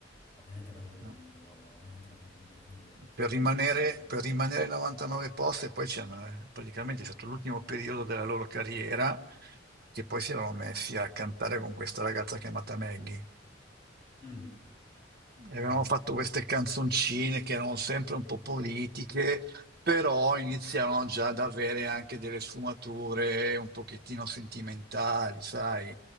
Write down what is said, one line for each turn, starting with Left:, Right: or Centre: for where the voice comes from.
Left: ovviamente parlo di,
Right: Mm.
Left: ovviamente parlo di Pino Daniele.
Right: Per rimanere,
Left: Eh,
Right: per rimanere 99 posti, e poi c'è una- praticamente è stato l'ultimo periodo della loro carriera, che poi si erano messi a cantare con questa ragazza chiamata Maggie.
Left: mm,
Right: E Avevamo
Left: vero.
Right: fatto queste canzoncine che erano sempre un po' politiche, però iniziavano già ad avere anche delle sfumature un pochettino sentimentali, sai?